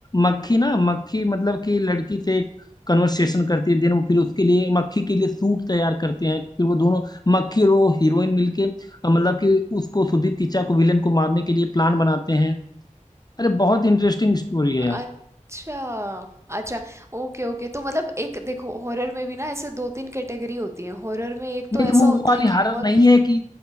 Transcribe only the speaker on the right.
अच्छा अच्छा ओके ओके तो मतलब एक देखो हॉरर में भी ना ऐसे दो तीन कैटेगरी होती है हॉरर में एक
तो ऐसा
होता
है
कि बहुत